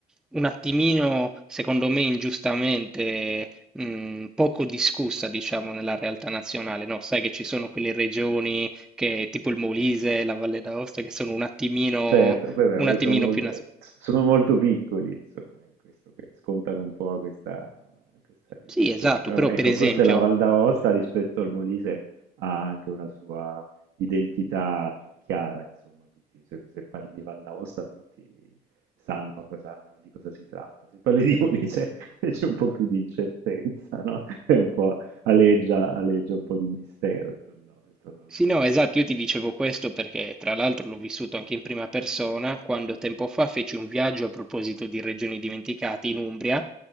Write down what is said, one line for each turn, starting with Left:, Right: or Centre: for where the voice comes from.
Centre: un attimino, secondo me, ingiustamente, mh, poco discussa, diciamo, nella realtà nazionale, no? Sai che ci sono
Right: Mm.
Centre: quelle regioni che, tipo il Molise, la Valle d'Aosta, che sono un attimino,
Right: Certo, beh, beh,
Centre: un
Right: vabbè,
Centre: attimino
Right: sono molto
Centre: più... nas-
Right: eh, s sono molto piccoli insomma, in questo che scontano un po' questa questa dimensione.
Centre: Sì, esatto,
Right: Però
Centre: però
Right: ecco,
Centre: per esempio...
Right: forse la Val d'Aosta rispetto al Molise ha anche una sua identità più chiara, insomma, tutti se se parli di Val d'Aosta tutti sanno cosa di cosa si tratta. Se parli di Molise <laughs> c'è un po' più di incertezza, no, è un po' aleggia aleggia un po' di mistero intorno intorno al
Centre: Sì,
Right: Molise.
Centre: no, esatto, io ti dicevo questo perché tra l'altro l'ho vissuto anche in prima persona quando tempo fa feci un viaggio a proposito di regioni dimenticate in Umbria.